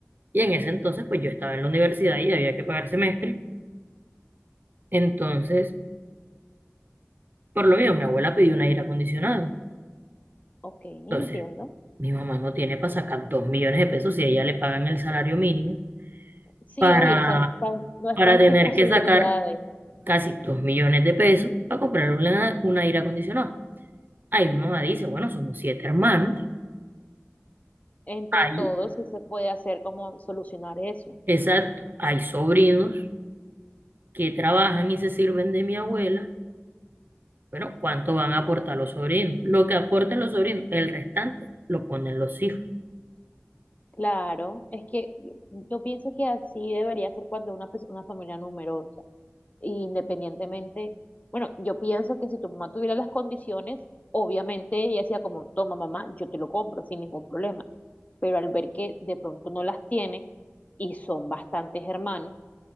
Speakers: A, on the right; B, on the left.
A: y en ese entonces, pues yo estaba en la universidad y había que pagar semestre. Entonces, por lo mismo, mi abuela pidió un aire acondicionado.
B: ok, entiendo.
A: Entonces, mi mamá no tiene para sacar dos millones de pesos si a ella le pagan el salario mínimo
B: Sí,
A: para
B: obvio, o sea, no está, en- no está
A: para
B: en
A: tener
B: sus posibilidades,
A: que sacar casi dos millones de pesos para comprar una, un aire acondicionado. Ahí mi mamá dice, bueno, somos siete hermanos,
B: entre
A: hay,
B: todos, si se puede hacer como solucionar eso.
A: exacto, hay sobrinos que trabajan y se sirven de mi abuela. Bueno, ¿cuánto van a aportar los sobrinos? Lo que aporten los sobrinos, el restante lo ponen los hijos.
B: Claro, es que yo pienso que así debería ser cuando una, pers- una familia numerosa, independientemente, bueno, yo pienso que si tu mamá tuviera las condiciones, obviamente ella decía como, toma mamá, yo te lo compro sin ningún problema, pero al ver que de pronto no las tiene y son bastantes hermanos,